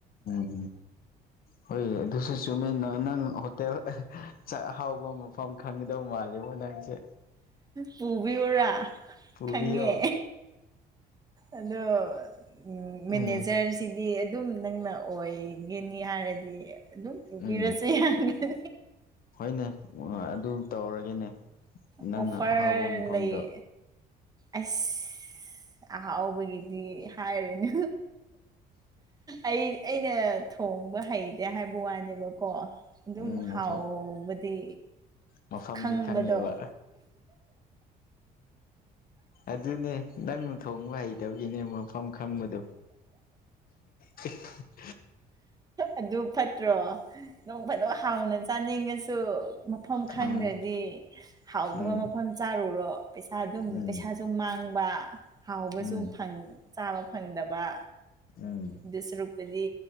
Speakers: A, on the left; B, on the right.
A: ꯎꯝ ꯍꯣꯏ ꯑꯗꯨꯁꯨ ꯆꯨꯝꯃꯦ ꯅꯪ ꯅꯪ ꯍꯣꯇꯦꯜ ꯑꯍꯥ ꯆꯥꯛ ꯍꯥꯎꯕ ꯃꯐꯝ ꯈꯪꯒꯗꯧ ꯃꯥꯜꯂꯤꯕꯣ ꯅꯪꯁꯦ꯫
B: ꯄꯨꯕꯤꯌꯣꯔꯥ
A: ꯄꯨꯕꯤꯌꯣ
B: ꯈꯪꯉꯦ ꯑꯗꯣ ꯎ ꯃꯦꯅꯦꯖꯔꯁꯤꯡ
A: ꯎꯝ
B: ꯗꯤ ꯑꯗꯨꯝ ꯅꯪꯅ ꯑꯣꯏꯒꯅꯤ ꯍꯥꯏꯔꯗꯤ ꯑꯗꯨꯝ ꯄꯨꯕꯤꯔꯁ
A: ꯎꯝ
B: ꯌꯥꯒꯅꯤ
A: ꯍꯣꯏꯅꯦ ꯑꯗꯨ ꯇꯧꯔꯒꯦꯅꯦ ꯅꯪꯅ
B: ꯑꯣꯐꯔ
A: ꯑꯍꯥꯎꯕ ꯃꯐꯝꯗꯣ
B: ꯂꯩ ꯑꯁ ꯑꯍꯥꯎꯕꯒꯤꯗꯤ ꯍꯥꯏꯔꯨꯅꯦ ꯑꯩ ꯑꯩꯅ ꯊꯣꯡꯕ ꯍꯩꯇꯦ ꯍꯥꯏꯕ ꯋꯥꯅꯦꯕꯀꯣ ꯑꯗꯨꯝ
A: ꯎꯝ ꯃꯐꯝ
B: ꯍꯥꯎꯕꯗꯤ
A: ꯃꯐꯝꯗꯤ
B: ꯈꯪꯕꯗꯣ
A: ꯈꯪꯉꯦꯕ ꯑꯗꯨꯅꯦ ꯅꯪꯅ ꯊꯣꯡꯕ ꯍꯩ ꯀꯗꯧꯒꯤꯅꯦ ꯃꯐꯝ ꯈꯪꯕꯗꯣ <unintelligible>
B: ꯑꯗꯨ ꯐꯠꯇ꯭ꯔꯣ ꯅꯣꯡ ꯐꯗꯣ ꯍꯥꯎꯅ ꯆꯥꯅꯤꯡꯉꯁꯨ ꯃꯐꯝ ꯈꯪꯗ꯭ꯔꯗꯤ
A: ꯎꯝ
B: ꯍꯥꯎꯗꯕ
A: ꯎꯝ
B: ꯃꯐꯝ ꯆꯥꯔꯨꯔꯣ꯫ ꯄꯩꯁꯥ ꯑꯗꯨꯝ
A: ꯎꯝ
B: ꯄꯩꯁꯥꯁꯨ ꯃꯥꯡꯕ ꯍꯥꯎꯕꯁꯨ
A: ꯎꯝ
B: ꯐꯪ ꯆꯥꯕ ꯐꯪꯗꯕ
A: ꯎꯝ
B: ꯑꯗꯨ ꯁꯨꯔꯨꯛꯄꯨꯗꯤ